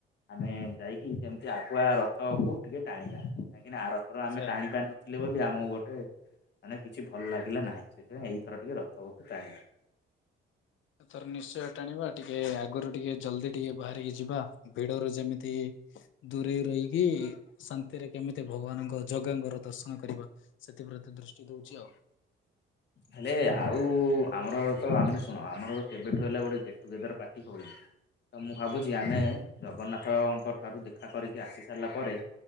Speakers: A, on the left; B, on the left.
A: ଆମେ ଯାଇକି ଯେମତି ଆଗୁଆ ରଥକୁ ଟିକେ ଟାଣିବା କାହିଁକି ନା ଆର ଥର ଆମେ
B: ସେ
A: ଟାଣିି ପାରିନଥିଲେ ବୋଲି ଆମକୁ ଗୋଟେ ମାନେ କିଛି ଭଲ ଲାଗିଲା ନାହିଁ ସେଥିପାଇଁ ଏଇଥର ଟିକେ ରଖ। ସବୁ ତୁ ଟାଣିବା।
B: ଥର ନିଶ୍ଚୟ ଟାଣିବା ଟିକେ ଆଗରୁ ଟିକେ ଜଲଦି ଟିକେ ବାହାରିକି ଯିବା ଭିଡରୁ ଯେମିତି ଦୂରେଇ ରହିକି ଶାନ୍ତିରେ କେମିତି ଭଗବାନଙ୍କ ଜଗାଙ୍ଗର ଦର୍ଶନ କରିବା। ସେଥିପ୍ରତି ଦୃଷ୍ଟି ଦଉଛି ଆଉ।
A: ହେଲେ ଆଉ ଆମର ତ ଆମେ ଶୁଣ ଆମର କେବେଠୁ ହେଲା ଗୋଟେ ଗେଟ ଟୁଗେଦର ପାର୍ଟି <unintelligible> ତ ମୁଁ ଭାବୁଛି ଆମେ ଜଗନ୍ନାଥଙ୍କ ଠାରୁ ଦେଖା କରିକି ଆସି ସାରିଲା ପରେ